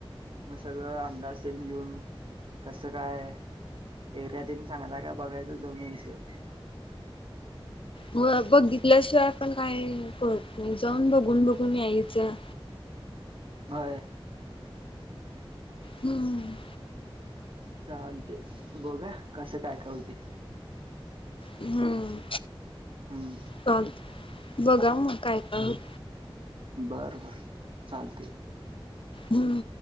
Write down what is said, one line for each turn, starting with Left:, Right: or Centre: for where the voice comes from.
Right: मग सगळं अंदासेन घेऊन कसं काय एरियातीन चांगला हे का बघायचं जाऊन यायचं.
Left: हो बघितल्याशिवाय पण काय करत नाही जाऊन बघून बघून यायचं
Right: होय
Left: हम्म
Right: चालते बघुया कसं काय का होतेय
Left: हम्म
Right: हम्म
Left: चालतंय, बघा मग काय काय होतंय.
Right: बर बर चालतय.
Left: हम्म